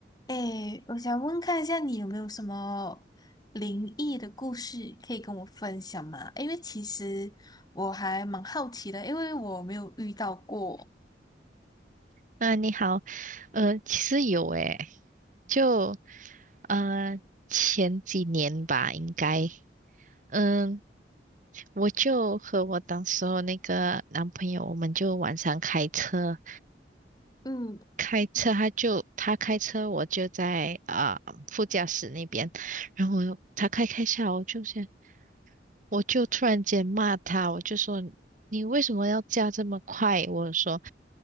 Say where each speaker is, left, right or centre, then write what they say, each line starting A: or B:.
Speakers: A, on the left (about 20°); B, on the right (about 45°).
A: 诶，我想问看一下，你有没有什么灵异的故事可以跟我分享吗？因为其实我还蛮好奇的，因为我没有遇到过。
B: 啊，你好，呃，其实有诶，就呃前几年吧，应该，嗯，我就和我当时候那个男朋友，我们就晚上开车，
A: 嗯
B: 开车他就他开车，我就在啊、呃副驾驶那边，然后他开开下，我就想，我就突然间骂他，我就说你为什么要驾这么快？我说